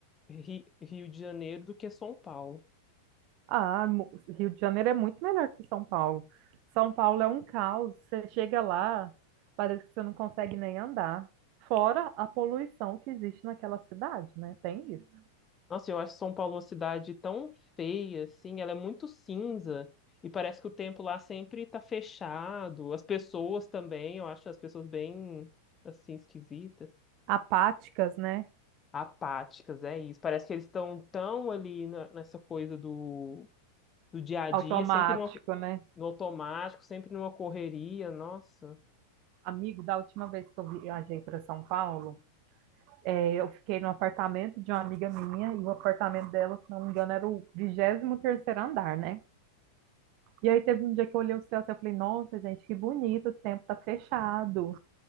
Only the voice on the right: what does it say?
Ah, mu- Rio de Janeiro é muito melhor que São Paulo. São Paulo é um caos. Você chega lá, parece que você não consegue nem andar. Fora a poluição que existe naquela cidade, né? Tem isso.
Apáticas, né?
Automático,
né?
Amigo, da última vez que eu viajei para São Paulo, é, eu fiquei no apartamento de uma amiga minha e o apartamento dela, se não me engano, era o vigésimo terceiro andar, né? E aí teve um dia que eu olhei o céu assim, eu falei, nossa, gente, que bonito, o tempo tá fechado.